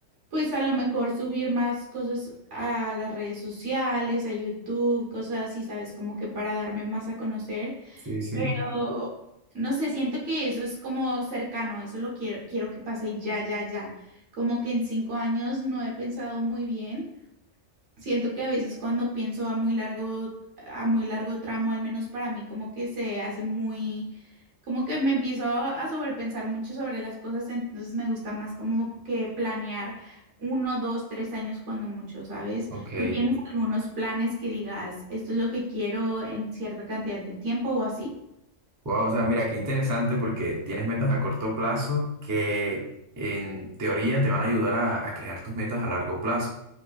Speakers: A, on the right; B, on the right.
A: Pues a lo mejor subir más cosas a las redes sociales, a YouTube, cosas así, ¿sabes? Como que para darme más a conocer.
B: Sí, sí.
A: Pero no sé, siento que eso es como cercano, eso lo quiero, quiero que pase ya, ya, ya. Como que en cinco años no he pensado muy bien, Siento que a veces cuando pienso a muy largo, a muy largo tramo, al menos para mí, como que se hace muy, como que me empiezo a sobrepensar mucho sobre las cosas, entonces me gusta más como que planear uno, dos, tres años cuando mucho, ¿sabes?
B: Ok.
A: ¿Tú tienes algunos planes que digas, esto es lo que quiero en cierta cantidad de tiempo o así?
B: Wow, o sea, mira, qué interesante porque tienes metas a corto plazo que en teoría te van a ayudar a, a crear tus metas a largo plazo.